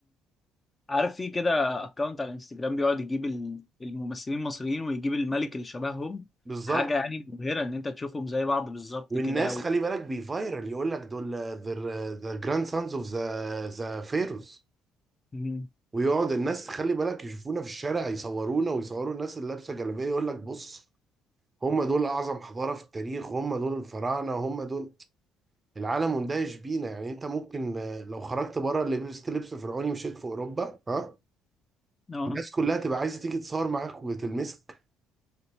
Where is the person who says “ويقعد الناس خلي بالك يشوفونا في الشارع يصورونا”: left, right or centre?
Right